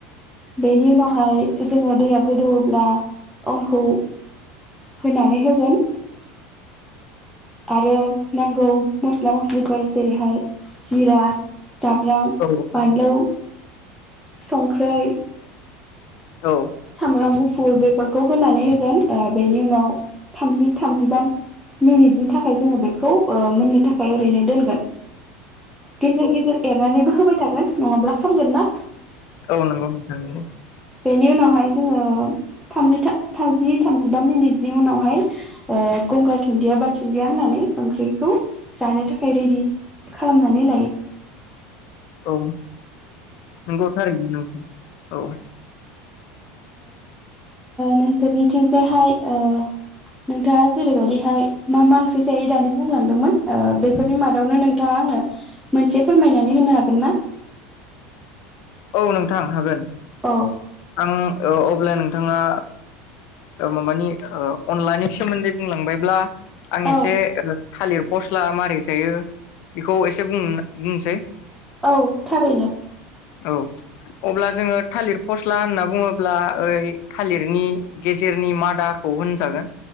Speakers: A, in the centre; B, on the left.
A: बेनि उनावहाय जोङो दैया गोदौब्ला अनखौ होनानै होगोन आरो नांगौ मस्ला मस्लिफोर जेरैहाय जिरा जाब्रां
B: औ
A: बानलु संख्रै
B: औ
A: सामब्राम गुफुर बेफोरखौ होनानै होगोन बेनि उनाव थामजि थामजिबा मिनिटनि थाखाय जोङो बेखौ मोननो थाखाय ओरैनो दोनगोन गेजेर गेजेर एरनानैबो होबाय थागोन नङाब्ला खामगोन ना
B: औ नंगौ नोंथां नंगौ
A: बेनि उनाव हाय जोङो थामजि थामजिबा मिनिटनि उनावहाय गंगार दुन्दिया बा दुन्दिया होननानै ओंख्रिखौ जानो थाखाय रेडि खालामनानै लायो
B: औ नंगौ थारैनो नंगौ औ
A: नोंसोरनिथिं जायहाय नोंथाङा जेरैबायदिहाय मा मा ओंख्रि जायो दानि बुंलांदोंमोन बेफोरनि मादावनो नोंथाङा आंनो मोनसे फोरमायनानै होनो हागोन ना
B: औ नोंथां हागोन
A: औ
B: आङो अब्ला नोंथाङा माबानि अनलानि सोमोन्दै बुंलांबायब्ला आं एसे
A: औ
B: थालिर पस्ला <unintelligible> मारै जायो बेखौ एसे बुंनोसै
A: औ थारैनो
B: औ अब्ला जोङो थालिर फस्ला होनना बुङोब्ला ओइ थालिरनि गेजेरनि मादाखौ होनजागोन